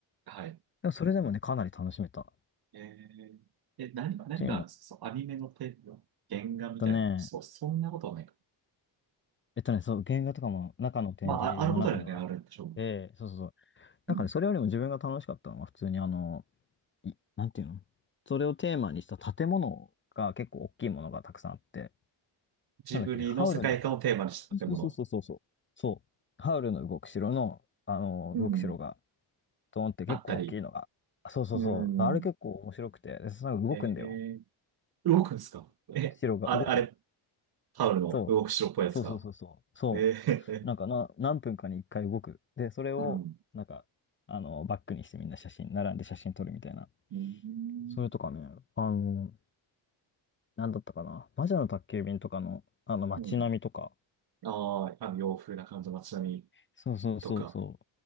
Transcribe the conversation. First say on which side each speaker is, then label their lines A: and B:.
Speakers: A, on the right (about 50°); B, on the left (about 25°).
A: はい。
B: でもそれでもね、かなり楽しめた。っ
A: えええ、何、何があるんですかそう、
B: ていうの
A: アニメのテーマ、原画みたいな。
B: とね、
A: そう、そんなことはないか。
B: えっとね、そう、原画とかも中の展示の中にはあっ
A: まあ、あ、あることにはね、あるんでしょうけど。
B: て、そうそうそう。
A: うん
B: なんかね、それよりも自分が楽しかったのは普通にあの、い、なんていうのそれをテーマにした建物が結構大きいものがたくさんあって、
A: ジブリの世界観をテーマにした建物。
B: なんだっけ、ハウルの、そうそうそうそうそう。そう、ハウルの動く城の、あの、
A: うん
B: 動く城が、ドーンって結構大きいのが、
A: あったり。
B: そうそうそう。
A: うん。
B: あれ結構面白くて、でその動くんだよ。
A: ええ動くんですかえ、
B: 城が動くの。
A: あれ、あれ、タオルの動く白っぽいやつが。
B: そう。そうそうそうそう。そ
A: ええ
B: う。なんかな、何分かに1回動く。で、それを、
A: うん。
B: なんか、あの、バックにしてみんな写真、並んで写真撮るみたいな。
A: うん。
B: それとかね、あの、なんだったかな。魔女の宅急便とかの、あの、街並みとか。
A: うん。ああ、あの洋風な感じの街並み
B: そうそうそうそ
A: とか、